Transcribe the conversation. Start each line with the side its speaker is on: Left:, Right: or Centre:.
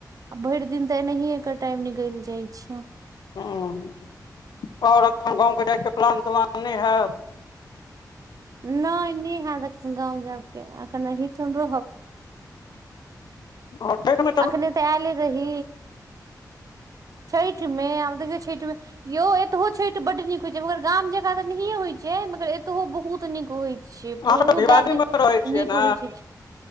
Right: आ भइर दिन तऽ एनाहिए एकर टाइम निकइल जाइ छय।
Left: हूँ- आओर अपन गाँवके जाइ के प्लान त्लान नइ है?
Right: नइ नैहैत एखन गाँव जायके एखन अहिठाम रहब।
Left: ह। <inaudible>
Right: अखने तऽ आयले रही छठ मे आब देखियौ छठ मे। यौ एतहु छठ बड नीक होय छै मगर गाम जकाँ ते नहिये होय छै मगर एतहु बहुत नीक होई छै। से
Left: अहाँ
Right: बहुत
Left: सब तऽ भिवानी
Right: जादे
Left: मे रहै छियै
Right: नीक
Left: ने
Right: होइ छै